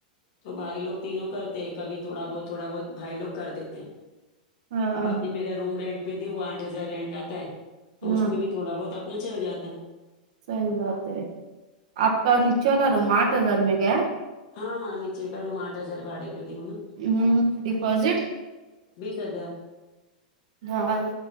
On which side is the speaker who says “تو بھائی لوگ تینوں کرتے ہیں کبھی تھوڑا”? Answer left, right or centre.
Left